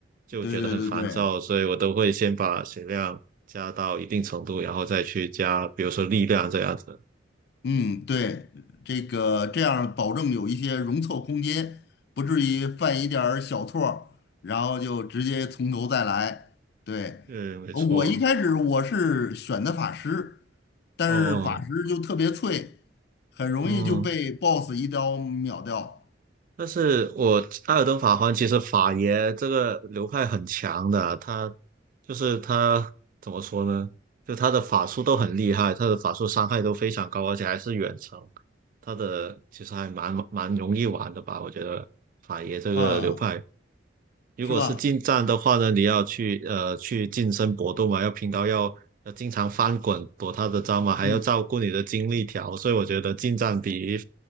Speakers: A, on the right (about 45°); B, on the left (about 55°).
A: 就觉得很烦躁，
B: 对对对对，
A: 所以我都会先把血量加到一定程度，然后再去加，比如说力量这样子。
B: 嗯，对，这个这样保证有一些容错空间，不至于犯一点儿小错儿，然后就直接从头再来。对，
A: 嗯，没错。
B: 呃我一开始我是选的法师，但是法师就特别脆，
A: 哦，
B: 很容易就被
A: 嗯，
B: BOSS 一刀秒掉，
A: 但是我艾尔登法环其实法爷这个流派很强的，他就是他怎么说呢？就他的法术都很厉害，他的法术伤害都非常高，而且还是远程。他的其实还蛮蛮容易玩的吧？我觉得法爷这个流派。
B: 啊，
A: 如果是近战的话呢，
B: 是吧？
A: 你要去呃去近身搏斗嘛，要拼刀，要要经常翻滚躲他的招嘛，还要照顾你的精力条，
B: 嗯，
A: 所以我觉得近战比